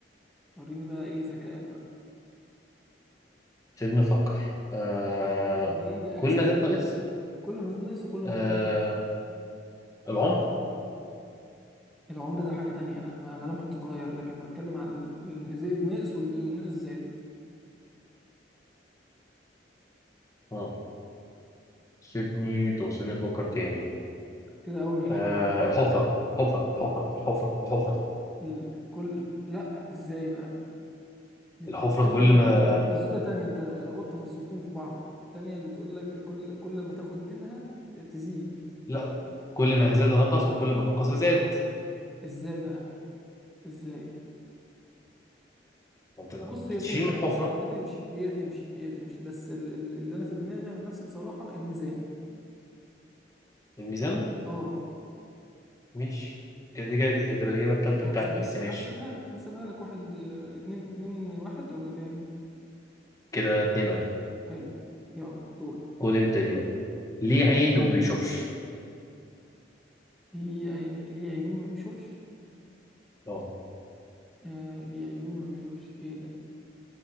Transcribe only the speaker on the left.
سيبني أفكر آه
كل
ما زاد نقص
آه
العمر
اه سيبني توصلني أفكر تاني
آه الحفرة حفرة الحفرة الحفرة الحفرة
الحفرة
كل
ما
لا كل ما زاد نقص وكل ما نقص زاد
ما انت لما
بتشيل
من الحفرة
الميزان
ماشي كده دي كده هتبقى الإجابة التالتة
بتاعتي بس
ماشي
كده اتنين واحد
خد انت دي بقى ليه عين وما بيشوفش
اه